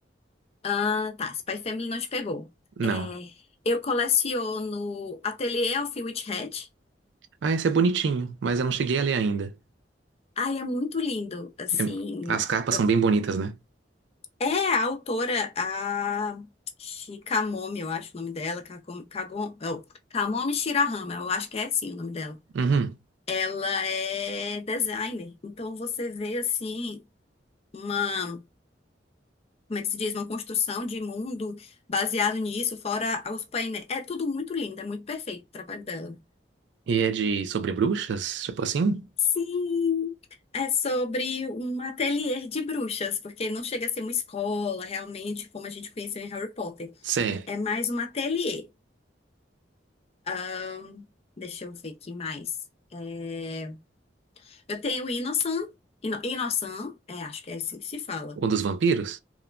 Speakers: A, on the left; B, on the right.
A: Ah, tá, Spy Family não te pegou.
B: Não.
A: É, eu coleciono Ateliê Elfie Witch Hat.
B: Ah, esse é bonitinho, mas eu não cheguei a ler ainda.
A: Ai, é muito lindo, assim.
B: Eu- As capas
A: eu-
B: são bem bonitas, né?
A: É a autora, a Shikamomi, eu acho o nome dela, Kakom- Kagon- oh, Kamomi Shirahama, eu acho que é assim o nome dela.
B: Uhum.
A: Ela é designer, então você vê, assim, uma, como é que se diz, uma construção de mundo baseado nisso, fora os painéis. É tudo muito lindo, é muito perfeito o trabalho dela.
B: E é de sobre bruxas? Tipo assim?
A: Sim! É sobre um ateliê de bruxas, porque não chega a ser uma escola realmente, como a gente conheceu em Harry Potter.
B: Sé.
A: É mais um ateliê. Hum, Deixa eu ver que mais. É, Eu tenho Inosan. Ino... Inosan, é, acho que é assim que se fala.
B: Ou dos vampiros?
A: Tô-